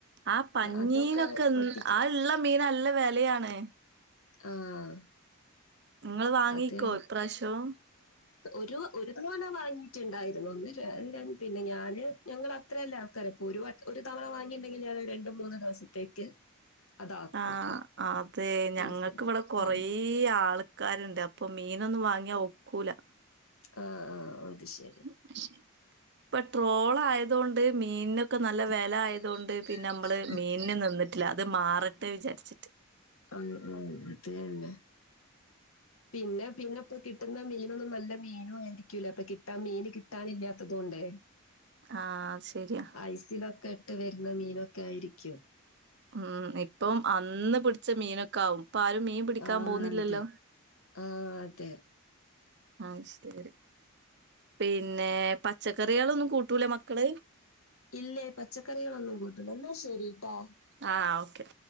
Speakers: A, on the right (about 55°); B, on the left (about 80°).
A: ആ പഞ്ഞീനൊക്കെ
B: അതൊക്കെ മത്തിക്ക്
A: ന്ത് ആ ഉള്ള മീൻ നല്ല വിലയാണ്
B: ആഹ്
A: ഇങ്ങള് വാങ്ങിക്കോ
B: അതെ
A: ഇപ്രാവശ്യം
B: ഒരു ഒരു തവണ വാങ്ങിയിട്ടുണ്ടായിരുന്നു ഒന്നിന് പിന്നെ ഞാന് ഞങ്ങള് അത്രയല്ലേ ആൾക്കാര് ഒരു വട്ടം ഒരു തവണ വാങ്ങിണ്ടെങ്കിൽ ഞൾ രണ്ട്, മൂന്ന്, ദിവസത്തേക്ക്. അതാക്കും.
A: ആഹ് അതെ
B: ഫ്രീസർ
A: ഞങ്ങക്ക് ഇവിടെ കൊറേ
B: ആഹ്.
A: ഇ ആൾക്കാരുണ്ട് അപ്പൊ മീൻ ഒന്നും വാങ്ങിയാ ഒക്കൂല.
B: ആ ആ അത് ശരി
A: അപ്പൊ ശരി ഇപ്പൊ ട്രോൾ ആയതൊണ്ട് മീന് ക്കെ നല്ല വില
B: ആഹ് മീനിനൊക്കെ
A: ആയതുകൊണ്ട്
B: ഭയങ്കര
A: പിന്നെ മ്മള്
B: വെലയാ.
A: മീനിന് നിന്നിട്ടില്ല അത് മാറട്ടെ വിചാരിച്ചിട്ട്
B: ആ ആ അത് തന്നെ പിന്നെ പിന്നെ പ്പൊ കിട്ടുന്ന മീൻ ന്നും നല്ല മീനും ആയിരിക്കുല അപ്പൊ കിട്ടാൻ മീന് കിട്ടാനില്ലാത്തതുകൊണ്ടേ
A: ആഹ് അത് ശരിയാ
B: ഐസിലൊക്കെ ഇട്ട് വരുന്ന മീനൊക്കെ ആയിരിക്കും
A: ഉം ഇപ്പം അന്ന് പിടിച്ച മീനൊക്കെ ആവും ഇപ്പൊ ആരും മീൻ. പിടിക്കാൻ
B: ആഹ്
A: പോകുന്നില്ലല്ലോ?
B: അതെ. ആഹ് അതെ.
A: ആ ശരി പിന്നെ പച്ചക്കറികളൊന്നും കൂട്ടൂല മക്കള്?
B: ഇല്ലേ പച്ചക്കറികളൊന്നും കൂട്ടണ്ട എന്നാ ശരിട്ടാ
A: ആ ഓക്കെ.